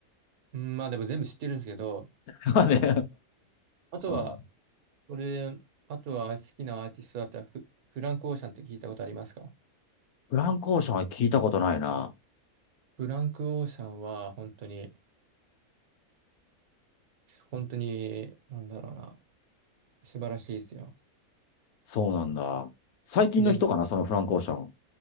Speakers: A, on the right; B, on the left.
A: うんまあでも全部知ってるんですけど、
B: <laughs> まあね。
A: あとは、
B: うん。
A: これ、あとは好きなアーティストだったらフ、フランク・オーシャンって聞いたことありますか
B: フランコーションは聞いたことないな。
A: フランク・オーシャンは、本当に、本当に、なんだろうな、素晴らしいですよ。
B: そうなんだ。最近の人かな、
A: ぜひ、
B: そのフランク・オーシャン。